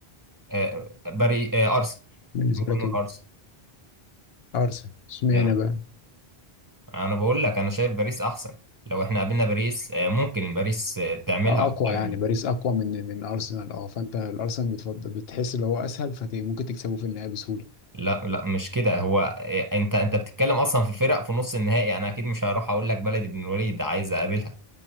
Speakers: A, on the right; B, on the left.
A: آه، باري آه، ارسنال
B: بالنسبة
A: ممكن
B: لك
A: نقول
B: أنت
A: ارسنال
B: أرسنال اشمعنى
A: يعني
B: بقى
A: انا بقول لك انا شايف باريس احسن لو احنا قابلنا باريس آه، ممكن باريس آه، تعملها
B: آه،
A: ولا
B: أقوى
A: حاجه
B: يعني باريس أقوى من من أرسنال أه فأنت الأرسنال بتفضل بتحس اللي هو أسهل فممكن تكسبه في النهاية بسهولة
A: لا لا مش كده هو إيه، انت انت بتتكلم اصلا في فرق في نص النهائي انا اكيد مش هروح اقول لك بلدي بن الوليد عايز اقابلها